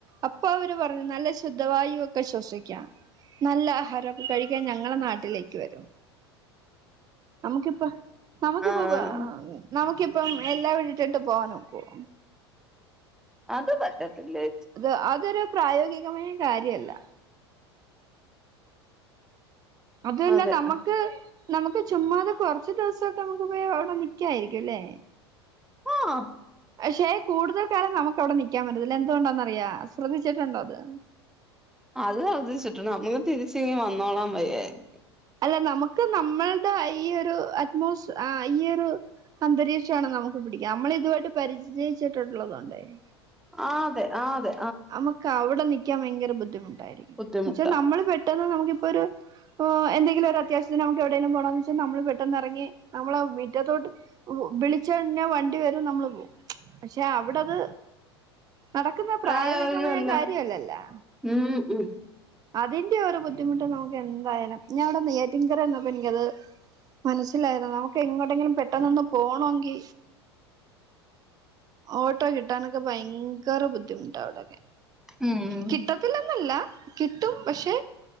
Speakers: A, on the right; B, in the centre.
A: അപ്പൊ അവര് പറഞ്ഞു നല്ല ശുദ്ധ വായു ഒ ക്കെ ശ്വസിക്കാം നല്ല ആഹാരൊക്കെ കഴിക്കാൻ ഞങ്ങളെ നാട്ടിലേക്ക് വെരൂന്ന് നമുക്കിപ്പൊ നക്കിപ്പൊ
B: ആഹ്
A: നമുക്കിപ്പം എല്ലാ വിട്ടിട്ട് പോവാനൊക്കുവൊ?
B: അത് പറ്റത്തില്ലേ
A: അത് അതൊരു പ്രായോഗികമായ കാര്യവെല്ല അതു പിന്നെ
B: അതെ
A: നമ്മക്ക് നമുക്ക് ചുമ്മാതെ കൊറച്ച് ദിവസൊക്കെ നമക്ക് പോയി അവിടെ നിക്കായിരിക്കുലേ?
B: ആഹ്
A: പശെ കൂടുതൽ കാലം നമുക്കവിടെ നിക്കാൻ പറ്റത്തില്ല എന്തുകൊണ്ടാന്നറിയോ? ശ്രദ്ധിച്ചിട്ടുണ്ടോ അത്?
B: അത് ശ്രദ്ധിച്ചിട്ടുണ്ട് നമ്മുക്ക് തിരിച്ചിങ്ങ് വന്നോളാം വെയ്യായിരിക്കും
A: അല്ല നമുക്ക് നമ്മൾടെ ഇയൊരു അറ്റ്മോസ് ആ ഈയൊരു അന്തരീക്ഷാണ് നമുക്ക് പിടിക്കാ നമ്മളിതുവായിട്ട് പരിചയിച്ചിട്ടുള്ളതു കൊണ്ടേയ്
B: ആഹാ തെ ആഹാ തെ
A: അമ്മക്കവ്ടെ നിക്കാൻ ഭയങ്കര ബുദ്ധിമുട്ടായിരിക്കും
B: ബുദ്ധിമുട്ടാ
A: എന്നെച്ച നമ്മള് പെട്ടെന്ന് നമുക്കിപ്പൊരു പ്പൊ എന്തങ്കിലൊരു അത്യാവിശ്യത്തിന് നമുക്ക് എവിടേലും പോണോന്ന് വെച്ചാ നമ്മള് പെട്ടന്നെറങ്ങി നമ്മളെ മിറ്റത്തോട്ട് ഹു വിളിച്ച് കഴിഞ്ഞാ വണ്ടി വെരും നമ്മള് പോകും പക്ഷെ അവിടത് നടക്കുന്ന പ്രായോഗികമായ
B: പ്രായമായവരല്ല
A: കാര്യല്ലല്ലൊ?
B: ഉം ഉം
A: അതിന്റെ ഒരു ബുദ്ധിമുട്ട് നമുക്കെന്തായാലും ഞാ അവ്ടെ നെയ്യാറ്റിങ്കര നിക് പ്പൊ ഇൻക്കത് മനസ്സിലായതാണ് നമുക്ക് എങ്ങട്ടെങ്കിലും പെട്ടെന്നൊന്ന് പോണോങ്കി ഓട്ടോ കിട്ടാനൊക്കെ ഭയങ്കര ബുദ്ധിമുട്ടാവടൊക്കെ
B: ഉം
A: കിട്ട ത്തില്ലെന്നെല്ല കിട്ടും പക്ഷെ